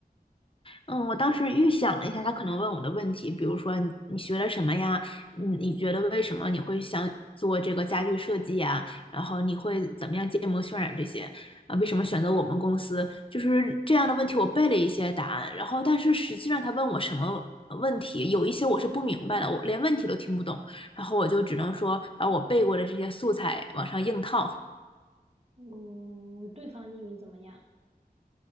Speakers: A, on the left (about 35°); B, on the right (about 40°).
A: 嗯，我当时预想了一下他可能问我的问题，比如说你你学了什么呀？嗯，你觉得为什么你会想做这个家具设计呀？然后你会怎么样建模渲染这些？啊，为什么选择我们公司？就是这样的问题，我背了一些答案，然后但是实际上他问我什么呃问题，有一些我是不明白的，我连问题都听不懂，然后我就只能说把我背过的这些素材往上硬套。
B: 嗯，对方英语怎么样？